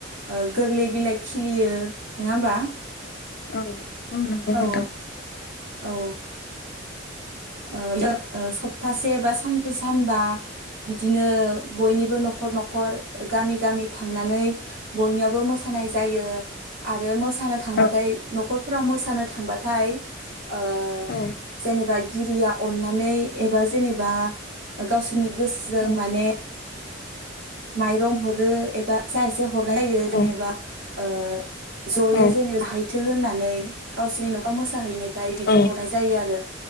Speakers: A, on the right; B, on the left.
A: ओ गोरलै बिलाइ खिलियो नोङा होमबा?
B: औ औ नंगौ
A: औ
B: नोंथां।
A: औ। ओ <unintelligible> ओ सप्तासे बा सानब्रै सानबा बिदिनो बयनिबो न'ख खर न'खर गामि गामि थांनानै बयनियावबो मोसानाय जायो आरो मोस सानो थांबाथाय
B: औ
A: न'खर फोराव मोसानो थांबाथाय ओ
B: औ
A: जेनेबा गिरिया अननानै एबा जेनेबा गावसोरनि गोसोजों
B: औ
A: माने माइरं हरो एबा जा एसे हरनाय जायो जेनेबा
B: औ
A: ओ ज'यै
B: औ
A: जेनेबा हायथो होनना नै गावसोरनि न'वाव मोसाहैनाय खाय बिदि
B: औ
A: हरनाय जायो आरो।